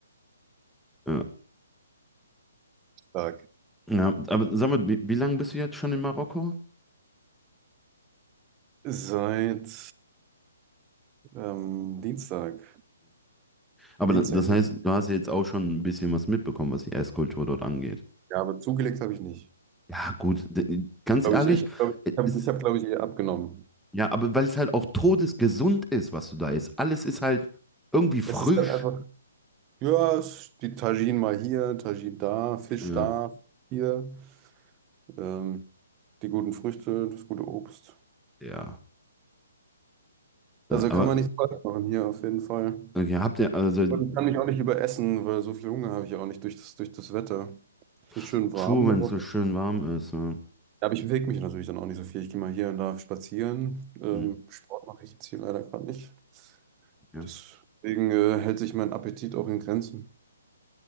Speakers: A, in the centre; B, on the right.
A: Ja.
B: Stark.
A: Ja, aber sag mal, wie, wie lange bist du jetzt schon in Marokko?
B: Seit ähm, Dienstag.
A: Aber
B: Dienstag
A: da- das heißt,
B: bin ich.
A: du hast ja jetzt auch schon ein bisschen was mitbekommen, was die Esskultur dort angeht.
B: Ja, aber zugelegt habe ich nicht.
A: Ja, gut, d- ganz
B: Glaube
A: ehrlich,
B: ich, ich glaube, ich habe,
A: es-
B: ich hab, glaube ich, eher abgenommen.
A: ja, aber weil es halt auch todesgesund ist, was du da isst. Alles ist halt irgendwie frisch.
B: Es ist dann einfach, ja, es- die Tagine mal hier, Tagine da, Fisch
A: Ja,
B: da, hier, ähm, die guten Früchte, das gute Obst.
A: ja, ja,
B: Also
A: aber
B: kann man nichts falsch machen hier auf jeden Fall.
A: okay, habt ihr, also
B: Und ich kann mich auch nicht überessen, weil so viel Hunger habe ich auch nicht durch das, durch das Wetter. Es
A: pff,
B: wird schön
A: True,
B: warm, da
A: wenn
B: brauchst
A: es so
B: du.
A: schön warm ist. Ja.
B: Ja, aber ich bewege mich natürlich dann auch nicht so viel. Ich gehe mal hier und da spazieren. Ähm,
A: Mhm,
B: Sport mache ich jetzt hier leider gerade nicht.
A: ja.
B: Deswegen äh, hält sich mein Appetit auch in Grenzen.